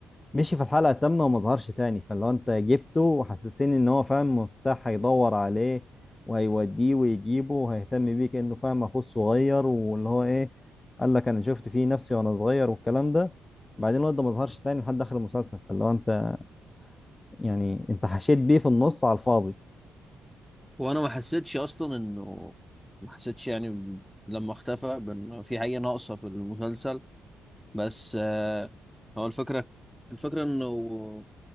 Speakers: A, on the left; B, in the centre.
A: مشي في الحلقة الثامنة وما ظهرش تاني فاللي هو أنت جبته وحسستني إن هو فاهم مفتاح هيدور عليه وهيوديه ويجيبه وهيهتم بيه كأنه فاهم أخوه الصغير واللي هو إيه قال لك أنا شفت فيه نفسي وأنا صغير والكلام ده بعدين الواد ده ما ظهرش تاني لحد آخر المسلسل فاللي هو أنت يعني أنت حشيت بيه في النص على الفاضي
B: وانا ما حسيتش اصلا انه ما حسيتش يعني ب- لما اختفى بان في حاجة ناقصة في المسلسل بس آه هو الفكرة الفكرة انه